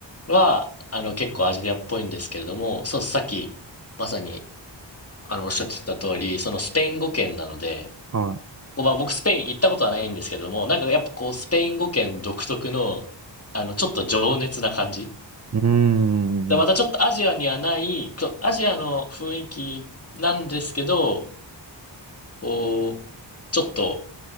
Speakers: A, on the left; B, on the right.
A: は、あの、結構アジアっぽいんですけれども、そう、さっき、まさに、あの、おっしゃってた通り、そのスペイン語圏なので、
B: い、は
A: こうまあ、僕スペイン行ったことはないんですけれども、なんかやっぱこう、スペイン語圏独特の、あの、ちょっと情熱な感じ。
B: い。うー
A: で、またちょっとアジアにはない、
B: ん、
A: ちょアジアの雰囲気なんですけど、こう、ちょっと、